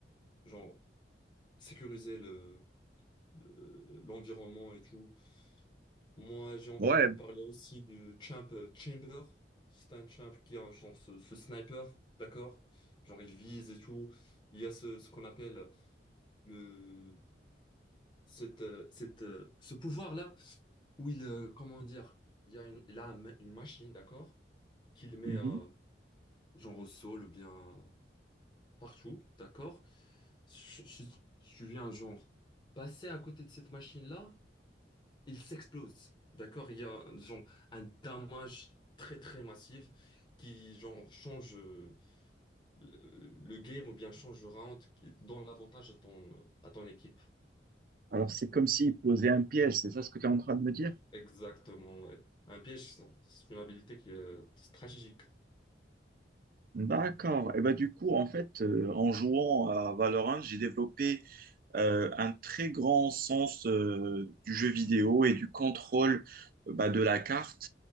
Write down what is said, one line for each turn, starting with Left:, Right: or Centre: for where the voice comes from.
Left: genre sécuriser le le- l'environnement et tout. Moi, j'ai entendu
Right: Ouais.
Left: parler aussi de Champ euh, Chamber. C'est un champ qui a genre ce, ce sniper, d'accord? Genre il vise et tout. Il y a ce, ce qu'on appelle le cette, euh, cette, euh, ce pouvoir-là où il euh, comment dire? Il y a une, il a un ma- une machine, d'accord? Qu'il met
Right: mhm.
Left: euh, genre au sol ou bien partout, d'accord? Si si- si tu viens genre passer à côté de cette machine-là, il s'explose. D'accord? Il y a genre un damage très très massif qui genre change euh, le, le game ou bien change le round qui donne l'avantage à ton à ton équipe.
Right: Alors, c'est comme s'il posait un piège, c'est ça ce que tu es en train de me dire?
Left: Exactement, ouais. Un piège, ça, c'est une habilité qui est stratégique.
Right: D'accord. Et ben du coup, en fait, euh, en jouant à Valorant, j'ai développé euh, un très grand sens euh, du jeu vidéo et du contrôle euh, bah, de la carte.